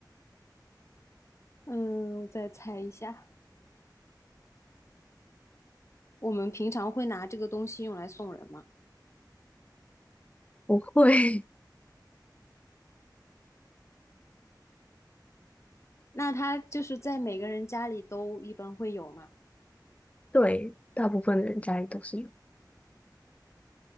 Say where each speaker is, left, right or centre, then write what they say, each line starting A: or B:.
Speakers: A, on the left; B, on the left.
A: 嗯，我再猜一下。我们平常会拿这个东西用来送人嘛，
B: 不会。
A: 那它就是在每个人家里都一般会有嘛，
B: <laughs> 对，大部分的人家里都是有。